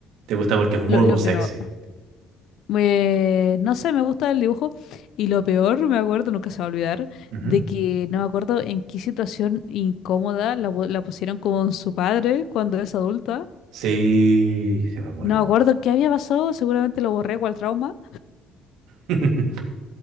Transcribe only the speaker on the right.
te gusta porque es muy,
muy sexy.
Ujú.
Sí, sí me acuerdo.
<laughs>